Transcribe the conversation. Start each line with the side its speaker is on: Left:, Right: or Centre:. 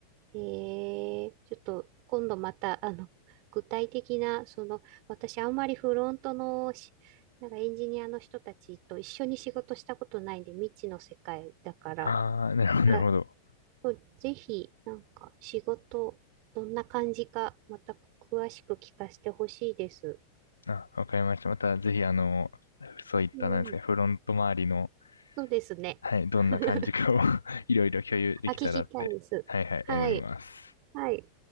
Right: ええちょっと今度また、あの、具体的な、その、私あんまりフロントのし、なんかエンジニアの人たちと一緒に仕事したことないんで、未知の世界だから、
Left: ああ、なるほど、なるほど。
Right: あそうぜひ、なんか仕事、どんな感じか、また詳しく聞かせてほしいです。
Left: あ、わかりました。またぜひあの、そういったなんですか、
Right: うん、
Left: フロント周りの、
Right: そうですね。
Left: はい、どんな感じかを
Right: <laughs>
Left: <laughs> いろいろ共有できたらって、
Right: あ、聞きたいです。
Left: はいはい、
Right: はい。
Left: 思います。
Right: はい。